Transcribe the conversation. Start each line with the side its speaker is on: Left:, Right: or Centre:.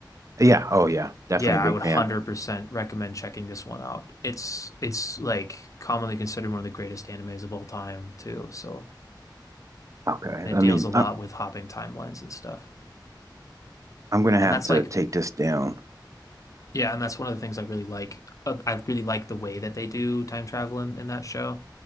Right: yeah. Oh yeah. Definitely
Left: Yeah,
Right: a big
Left: I would
Right: fan.
Left: 100% recommend checking this one out. It's it's like commonly considered one of the greatest animes of all time too. So
Right: Okay.
Left: it
Right: I
Left: deals
Right: mean,
Left: a lot
Right: I'm,
Left: with hopping timelines and stuff.
Right: I'm gonna have
Left: And that's
Right: to
Left: like
Right: take this down.
Left: Yeah, and that's one of the things I really like. Uh, I really like the way that they do time travel in, in that show